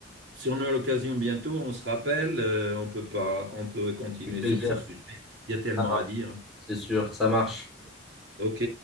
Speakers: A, on the right; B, in the centre.
A: si on a l'occasion bientôt, on se rappelle, euh, on peut pas, on peut continuer
B: avec plaisir.
A: sur ce sujet. Il y a tellement
B: Ça marche,
A: à dire.
B: c'est sûr, ça marche.
A: Ok.